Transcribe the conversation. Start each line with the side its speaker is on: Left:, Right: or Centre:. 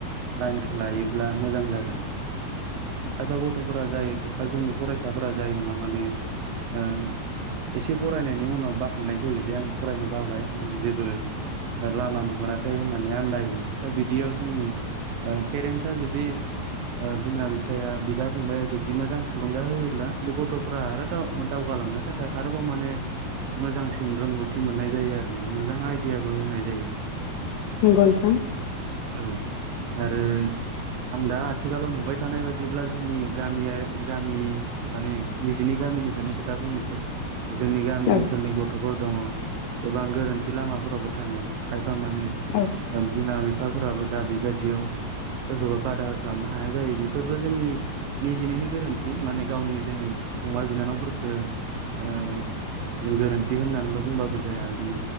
Right: लाइनखौ लायोब्ला मोजां जागोन खायफा गथ'फोरा जायो खायफा जोंनि फरायसाफोरा जायो मा माने ओ एसे फरायनायनि उनाव बाखांनाय फैयो जे आं फरायनो बाबाय आं जेबो ओ लामा नुहुराखै होननानै आन्दायो दा बिदियाव जोंनि पेरेन्टस आ जुदि ओ बिमा बिफाया बिदा फंबाया जुदि मोजां थुलुंगा होयोब्ला बे गथ'फोरा आरो दावग गालांनो थाखाय आरोबाव माने मोजांसिन रोंगौथि मोननाय जायो आरो ना मोजां आइदियाबो होनाय जायो
Left: नंगौ नोंथां
Right: औ आरो आं दा आथिखालाव नुबाय थानाय बायदिब्ला जोंनि गामियारि गामि माने निजेनि गामि गामिनिखौनो खोथा बुंनोसै जोंनि गामि
Left: औ
Right: ओनसोलनि गथ'फोर दङ गोबां गोरोन्थि लामाफोरावबो थाङो खाय फा माने
Left: औ
Right: बिमा बिफाफोराबो दा बेबायदियाव सोरखौबा बादास्लाबनो हाया जायो बेफोरबो जोंनि निजिनिनो गोरोन्थि माने गावनि जों फंबाय बिनानावफोरखौ ओ जों गोरोन्थि होननानैल' बुंबाबो जाया जों